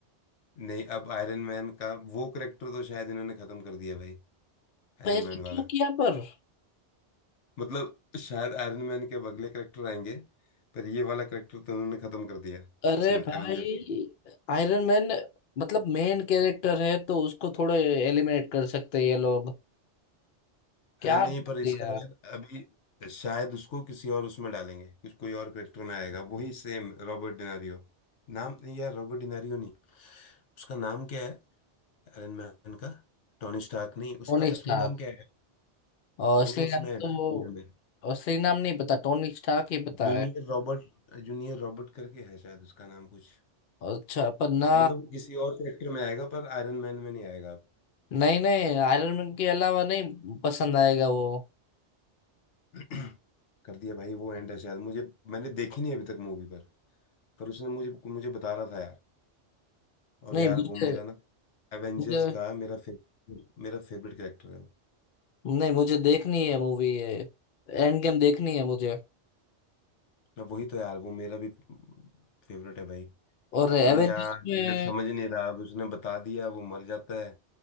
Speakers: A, on the left; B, on the left.
A: नहीं अब आयरन मैन का वो करेक्टर तो शायद इन्होंने खत्म कर दिया भाई आयरन
B: पैसा
A: मैन
B: क्यों
A: वाला
B: किया पर
A: मतलब शायद आयरन मैन के अब अगले करेक्टर आएंगे पर ये वाला करेक्टर तो उन्होंने खत्म कर दिया
B: अरे
A: इसमें एवेंजर
B: भाई आयरन मैन मतलब मेन कैरेक्टर है तो उसको थोड़े एलिमिनेट कर सकते हैं ये लोग क्या
A: अरे नहीं
B: बना
A: पर इसका
B: दिया
A: यार अभी शायद उसको किसी और उसमें डालेंगे कुछ कोई और करेक्टर में आएगा वही सेम रॉबर्ट डिनारियो नाम नहीं यार रॉबर्ट डिनारियो नहीं उसका नाम क्या है आयरन मैन का टोनी स्टार्क नहीं उसका
B: टोनी स्टार्क
A: असली नाम क्या है
B: और
A: वो
B: असली
A: तो उसमें
B: नाम
A: है ना
B: तो
A: दुनिया में
B: असली नाम नहीं पता टोनी स्टार्क ही पता
A: जूनियर
B: है
A: रॉबर्ट जूनियर रॉबर्ट करके है शायद उसका नाम कुछ
B: अच्छा पर ना
A: मतलब किसी और कैरेक्टर में आएगा पर आयरन मैन में नहीं आएगा
B: नहीं नहीं आयरन मैन के अलावा नहीं पसंद आएगा वो
A: <clears throat> कर दिया भाई वो एंड है शायद मुझे मैंने देखी नहीं अभी तक मूवी पर पर उसने मुझे मुझे बता रहा था यार और
B: नहीं
A: यार
B: मुझे
A: वो मेरा ना एवेंजर्स
B: मुझे
A: का मेरा फेवरेट मेरा फेवरेट कैरेक्टर है वो
B: नहीं मुझे देखनी है मूवी ये एंड गेम देखनी है मुझे
A: मैं वही तो यार वो मेरा भी फेवरेट है भाई
B: और एवेंजर्स
A: पर यार
B: में
A: मैं समझ नहीं रहा अब उसने बता दिया वो मर जाता है